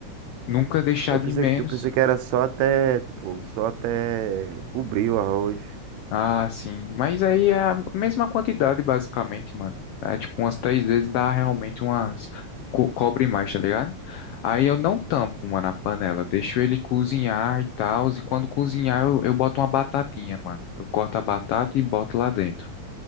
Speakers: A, on the left; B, on the right.
A: Nunca deixar
B: Eu
A: de
B: pensei,
A: menos.
B: eu pensei que era só até, tipo, só até cobrir o arroz.
A: Ah, sim. Mas aí é a mesma quantidade, basicamente, mano. É tipo umas três vezes dá realmente umas. co- cobre mais, tá ligado? Aí eu não tampo, mano, a panela. Deixo ele cozinhar e tal. E quando cozinhar, eu, eu boto uma batatinha, mano. Eu corto a batata e boto lá dentro.